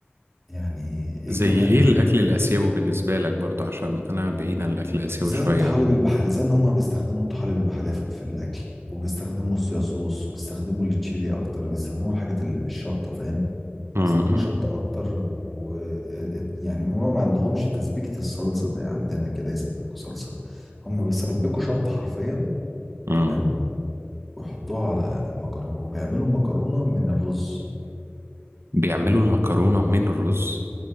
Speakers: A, in the centre; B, on the right.
A: يعني ايه
B: زي
A: الجمال
B: ايه
A: ده
B: الاكل الاسيوي بالنسبة لك برضو عشان انا بعيد عن الاكل الاسيوي
A: زي
B: شوية
A: الطحالب البحرية زي ان هما بيستخدموا الطحالب البحرية في في الاكل وبيستخدموا الصويا صوص وبيستخدموا التشيلي اكتر وبيستخدموا الحاجات ال- الشطة فاهم
B: مم.
A: بيستخدموا
B: مم.
A: شطة أكتر و... و... ات- يعني هما ما عندهمش تسبيكة الصلصة زي عندنا كده يسبكوا صلصة هما بيسبكوا شطة حرفيا
B: مم.
A: تمام ويحطوها على مكرونة وبيعملوا مكرونة من الرز
B: بيعملوا المكرونة من الرز